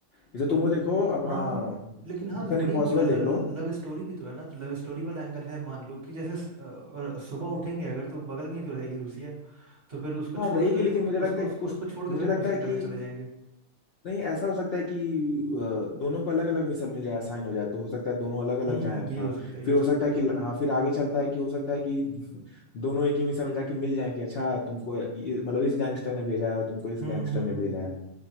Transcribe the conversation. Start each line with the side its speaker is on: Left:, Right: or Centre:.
Left: जैसे तुम वो देखो अपना
Right: हाँ लेकिन हाँ
Left: मिशन
Right: वही
Left: इम्पॉसिबल
Right: हम बोला ल,
Left: देख लो
Right: लव स्टोरी भी तो है ना तो लव स्टोरी वाला एंगल है मान लो कि जैसे स- अ, सुबह उठेंगे अगर तो बगल में ही तो रहेगी लूसिया तो फिर उसको छोड़
Left: और रही
Right: के
Left: कि
Right: थोड़ी
Left: लेकिन
Right: ना उसको
Left: मुझे लगता है
Right: उसको
Left: कुछ
Right: उसको छोड़ के
Left: मुझे
Right: थोड़ी
Left: लगता
Right: ना मिशन
Left: है
Right: करने
Left: कि
Right: चले जाएंगे
Left: नहीं ऐसा हो सकता है कि अ, दोनों को अलग अलग मिसल मिल जाए असाइन हो जाए तो हो सकता है दोनों अलग अलग
Right: हम्म
Left: जाएं अपना
Right: ये हो सकता है ये
Left: फिर
Right: हो
Left: हो
Right: सकता
Left: सकता
Right: है
Left: है कि हाँ फिर आगे चलता है कि हो सकता है कि <laughs> दोनों एक ही मिसल में जाके मिल जाए कि अच्छा तुमको ये मतलब इस गैंगस्टर ने भेजा है और तुमको इस
Right: हम्म
Left: गैंगस्टर
Right: हम्म
Left: ने भेजा
Right: हम्म।
Left: है